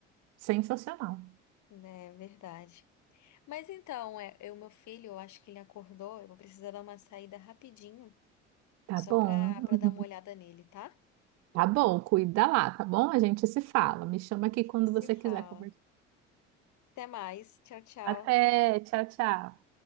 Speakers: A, on the right (about 50°); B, on the left (about 55°).
A: sensacional.
B: É verdade. Mas então, é, o meu filho, eu acho que ele acordou, eu vou precisar dar uma saída rapidinho.
A: Tá
B: Só
A: bom.
B: para para
A: Uhum.
B: dar uma olhada nele, tá?
A: Tá bom, cuida lá, tá bom? A gente se fala. Me chama aqui
B: A gente
A: quando
B: se
A: você
B: fala.
A: quiser conversar.
B: Até mais. Tchau, tchau.
A: Até, tchau, tchau.